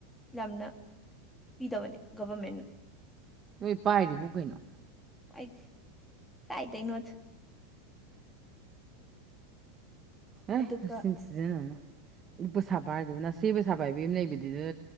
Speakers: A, in the centre; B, on the right.
A: ꯌꯥꯝꯅ ꯄꯤꯗꯕꯅꯦ ꯒꯕꯔꯃꯦꯦꯟꯟꯅ
B: ꯅꯣꯏ ꯄꯥꯏꯔꯤꯕꯨ ꯀꯩꯅꯣ
A: ꯀꯥꯏꯗ ꯀꯥꯏꯗꯩꯅ
B: ꯑꯦ
A: ꯑꯗꯨꯒ
B: ꯁꯤꯟꯁꯤꯖꯅꯅꯕꯨ ꯁꯥꯥꯕ ꯍꯥꯏꯗꯨ ꯁꯤꯦꯕꯨ ꯁꯥꯕ ꯍꯥꯏꯕ ꯂꯩꯕꯗꯨꯗ